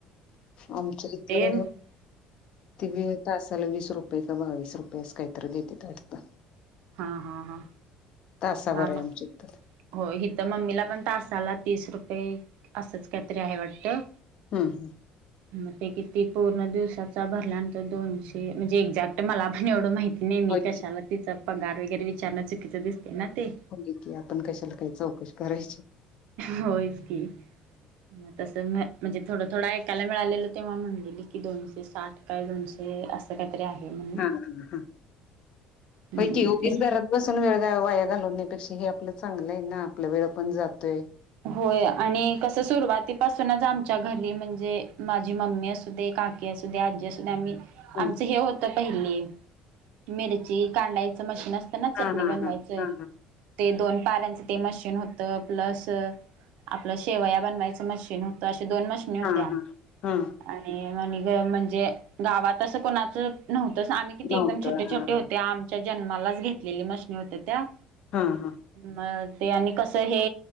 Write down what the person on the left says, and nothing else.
आमच इ तर
त बी <unintelligible> तासला वीस रुपये का बावीस रुपये अस काहीतरी देतात वाटंत.
तासावर
आहे आमच्या इथ.
हं ह
होय
हो की आपण कशाला काही चौकशी करायची.
हा हा हा
होय की उगीच घरात बसून वेळ वाया घालवण्यापेक्षा हे आपलं चांगलं आहे ना आपलं वेळ पण जातोय.
हं
हा
हा
हा हा
हा हा हा हा
नव्हतं
हा
''हां ''हां''